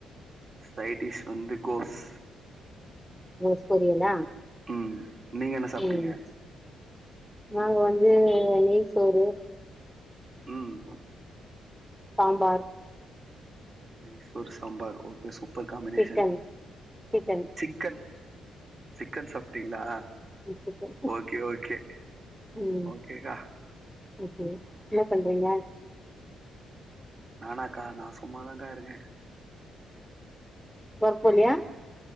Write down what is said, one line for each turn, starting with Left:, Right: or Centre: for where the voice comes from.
Right: சைடிஷ் வந்து கோஸ்
Centre: கோஸ் பொரியலா
Right: ம் நீங்க என்ன சாப்ட்டீங்க
Centre: ம் நாங்க வந்து நெய் சோறு
Right: ம்
Centre: சாம்பார்
Right: நெய் சோறு sambar okay super combination
Centre: chicken chicken
Right: chicken chicken சாப்ட்டீங்களா
Centre: சிக்கன்
Right: ஓகே ஓகே
Centre: ம்
Right: ஓகேக்கா
Centre: ஓகே என்ன பண்றீங்க
Right: நானாக்கா நா சும்மாதாக்கா இருக்கே
Centre: ஒர்க் போலியா